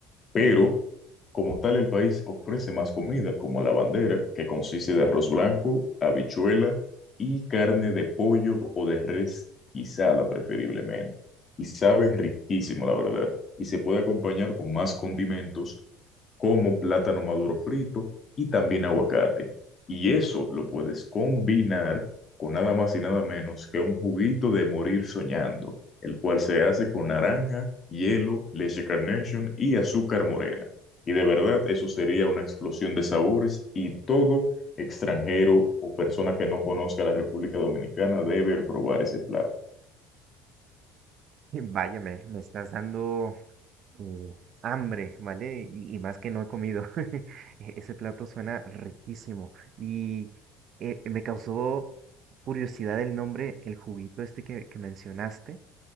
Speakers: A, on the left; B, on the right.
A: Pero, como tal, el país ofrece más comida, como la bandera, que consiste de arroz blanco, habichuela y carne de pollo o de res guisada, preferiblemente. Y sabe riquísimo, la verdad. Y se puede acompañar con más condimentos como plátano maduro frito y también aguacate. Y eso lo puedes combinar con nada más y nada menos que un juguito de morir soñando, el cual se hace con naranja, hielo, leche Carnation y azúcar morena. Y de verdad, eso sería una explosión de sabores y todo extranjero o persona que no conozca la República Dominicana debe probar ese plato.
B: <laughs> Vaya, me, me estás dando Uh, hambre, ¿vale? Y, y más que no he comido. <laughs> E- Ese plato suena riquísimo. Y eh, me causó curiosidad el nombre, el juguito este que, que mencionaste.